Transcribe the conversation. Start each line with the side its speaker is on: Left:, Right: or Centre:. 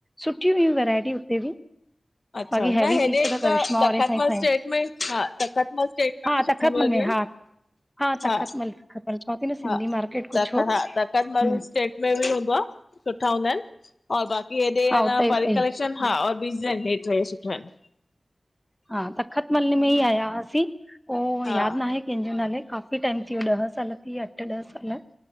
Centre: सुठियूं हुयूं वैरायटी हुते बि।
Left: अच्छा,
Centre: बाक़ी हैवी
Left: न हेॾे
Centre: पीस
Left: त
Centre: करिश्मा
Left: तखत
Centre: वारे खां ई
Left: मल
Centre: खयूं
Left: स्टे में हा तखत मल स्टेट में
Centre: हा
Left: बि
Centre: तख़तमल
Left: सुठो मिलंदियूं
Centre: में
Left: आहिनि।
Centre: हा
Left: हा
Centre: तख़तमल तख़तमल चवां थी न सिंधी
Left: हा
Centre: मार्केट कुझु
Left: तख
Centre: हो
Left: हा तख़त
Centre: हम्म
Left: मल स्टेट में बि हूंदो आ। सुठा हूंदा आहिनि और बाक़ी हेॾे
Centre: हा उते ई
Left: परी
Centre: उते
Left: कलेक्शन
Centre: ई
Left: हा और टे सुठा आहिनि।
Centre: हा तख़त मले में ई आया असीं उह
Left: हा
Centre: यादि नाहे कंहिंजो नाले काफ़ी टाइम थी वियो ॾह साल थी विया अठ ॾह साल।